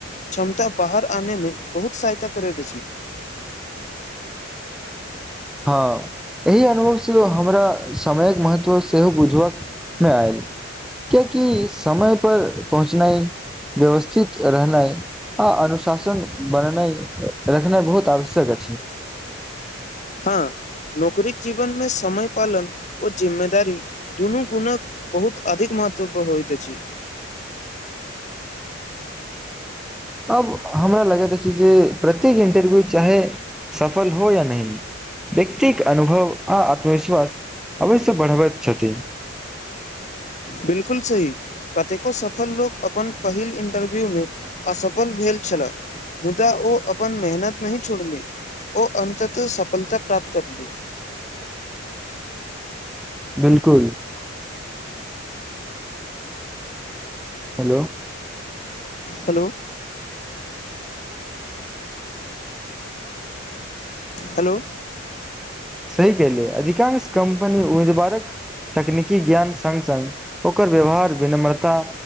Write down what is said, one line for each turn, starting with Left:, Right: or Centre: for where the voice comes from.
Left: क्षमता बाहर आने मे बहुत सहायता करैत अछि
Centre: हँ एहि अनुभव सेहो हमरा समयक महत्व सेहो बुझबक मेआइल किये की समय पर पहुँचनाय व्यवस्थित रहनाइ आ अनुशासन बनेनाय रखनाय बहुत आवश्यक अछि
Left: हँ नौकरीक जीवन मे समय पालन ओ जिम्मेदारी दुनू गुणक बहुत अधिक महत्व प होइत अछि
Centre: अब हमरा लागैत अछि जे प्रत्येक इन्टरव्यू चाहे सफल हो या नय व्यक्ति क अनुभव आ आत्मविश्वास अवश्य बढ़बैत छथि
Left: बिल्कुल सही कतेको सफल लोक अपन पहिल इन्टरव्यू मे असफल भेल छला मुदा ओ अपन मेहनत नहि छोड़ली ओ अन्ततह सफलता प्राप्त करली
Centre: बिल्कुल हेलो
Left: हेलो हेलो
Centre: सही कहले अधिकांश कम्पनी उम्मीदवारक तकनीकी ज्ञान संग संग ओकर व्यवहार विनम्रता